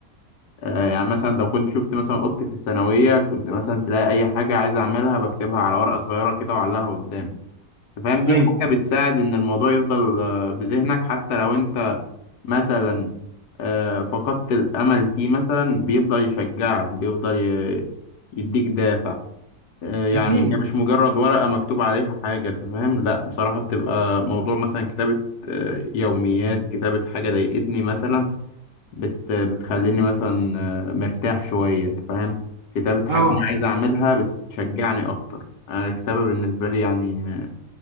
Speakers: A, on the left (about 75°); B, on the right (about 85°).
A: آه يعني مثلا لو كنت شفت مثلا اوضتي في الثانويه كنت مثلا تلاقي اي حاجه عايز اعملها بكتبها على ورقه صغيره كده واعلقها قدامي انت فاهم دي
B: ايوه
A: حاجه بتساعد ان الموضوع يفضل آه، في ذهنك حتى لو انت مثلا آه، فقدت الأمل فيه مثلا بيفضل يشجعك بيفضل ي- يديك دافع آه، يعني
B: اكيد
A: هي مش مجرد ورقة مكتوب عليها حاجة أنت فاهم؟ لأ بصراحة بتبقى موضوع مثلا كتابة آه، يوميات كتابة حاجة ضايقتني مثلا بت بتخليني مثلا آه، مرتاح شوية أنت فاهم؟ كتابة حاجة
B: اه
A: أنا عايز أعملها بتشجعني أكتر أنا الكتابة بالنسبة لي يعني آه،